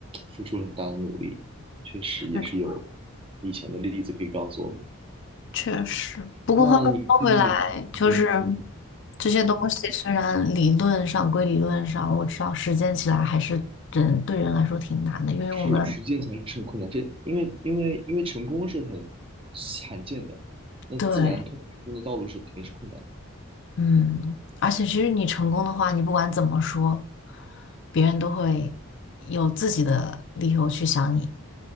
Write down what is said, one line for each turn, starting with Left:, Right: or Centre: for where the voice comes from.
Right: 付出了很大的努力，确实也是有
Left: 是这样。
Right: 以前的例子可以告诉我们。
Left: 确实。不过话又说回来，
Right: 那你最近嗯
Left: 就是这些东西虽然理论上归理论上，我知道实践起来还是人对人来说挺难的，因为我们
Right: 是实践起来是很困难，这因为因为因为成功是很罕见的，那自然通往成功的道路是肯定是困难的。
Left: 对。嗯，而且其实你成功的话，你不管怎么说，别人都会有自己的理由去想你，